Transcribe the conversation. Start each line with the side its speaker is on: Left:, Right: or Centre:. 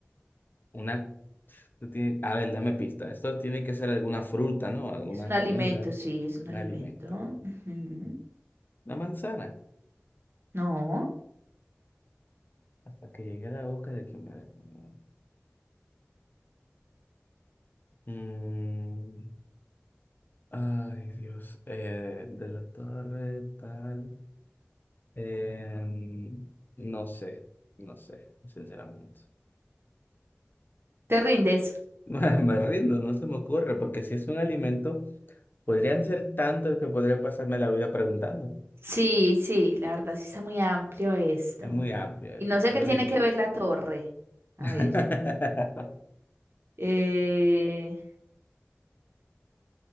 Left: Una. tú tienes- A ver, dame pista. Esto tiene que ser alguna fruta, ¿no? Alguna
Right: Es un alimento,
Left: comida,
Right: sí, es un
Left: un
Right: alimento.
Left: alimento. ok.
Right: Ujú.
Left: Una manzana.
Right: No,
Left: Hasta que llegué a la boca de quien me la comió. Mm, ay, Dios. Eh, de la torre, tal. Em, no sé, no sé, sinceramente.
Right: te rindes.
Left: <laughs> Me rindo, no se me ocurre, porque si es un alimento, podrían ser tantos que podría pasarme la vida preguntando.
Right: Sí, sí, la verdad sí está muy amplio esto.
Left: Es muy amplio esto,
Right: Y no sé
Left: pero
Right: qué tiene
Left: dime.
Right: que ver la torre. A
Left: <laughs>
Right: ver. eh,